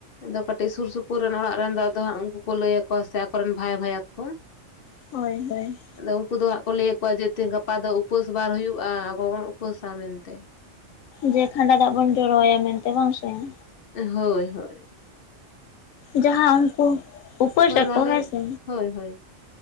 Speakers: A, on the left; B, on the left.
A: ᱟᱫᱚ ᱠᱟᱹᱴᱤᱡ ᱥᱩᱨ ᱥᱩᱯᱩᱨ ᱨᱮᱱ ᱚᱲᱟᱜ ᱨᱮᱱ ᱫᱚ ᱟᱫᱚ ᱦᱟᱸᱜ ᱩᱱᱠᱩ ᱠᱚ ᱞᱟᱹᱭ ᱟᱠᱚᱣᱟ ᱥᱮ ᱟᱠᱚᱨᱮᱱ ᱵᱷᱟᱭ ᱵᱷᱟᱭᱟᱛ ᱠᱚ <unintelligible>
B: ᱦᱚᱭ ᱦᱚᱭ ᱾
A: ᱟᱫᱚ ᱩᱱᱠᱩ ᱫᱚ ᱦᱟᱸᱜ ᱠᱚ ᱞᱟᱹᱭ ᱟᱠᱚᱣᱟ ᱡᱮ ᱛᱮ ᱜᱟᱯᱟ ᱫᱚ ᱩᱯᱟᱹᱥ ᱵᱟᱨ ᱦᱩᱭᱩᱜ-ᱟ ᱟᱵᱚ ᱵᱚᱱ ᱩᱯᱟᱹᱥᱟ ᱢᱮᱱᱛᱮ ᱾
B: ᱡᱮ ᱠᱷᱟᱸᱰᱟ ᱫᱟᱜ ᱵᱚᱱ ᱡᱚᱨᱚᱟᱭᱟ ᱢᱮᱱᱛᱮ ᱵᱟᱝ ᱥᱮ ᱾
A: ᱦᱳᱭ ᱦᱳᱭ ᱾
B: ᱡᱟᱦᱟᱸ ᱩᱱᱠᱩ ᱩᱯᱟᱹᱥ
A: ᱦᱳᱭ
B: ᱟᱠᱚ
A: ᱢᱟ ᱞᱟᱹᱭ
B: ᱦᱮᱸ
A: ᱢᱮ
B: ᱥᱮ
A: ᱦᱳᱭ ᱦᱳᱭ